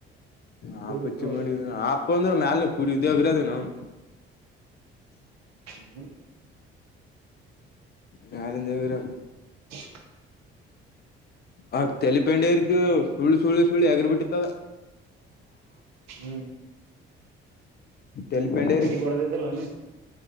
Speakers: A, on the left (about 35°); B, on the right (about 60°).
A: ಹಾ
B: ದುಡಿತು
A: ಪ ಚಿ ಮಾಡ ಆಪ್ಪ ಅಂದ್ರೆ ಮ್ಯಾಲ ಕುಡ ಇದೋಗರದ ನಾವು.
B: ಹ್ಮ್.
A: ನಾಲ ದೇವರರು.
B: <unintelligible>
A: ಆ ತೆಲಿಪೆಂಡೆ ಇರ್್ದು ಸುಳ್ಳು ಸುಳ್ಳು ಸುಳ್ಳು ಎಗರ್ ಬಿಿಟ್ಟಿತ್ತದ.
B: ಹ್ಮ್
A: ತೆಲಿಪೆಂಡೆ
B: ಕಟಿಗ ಒಡದಿದ್ದಲ್ಲ ನ.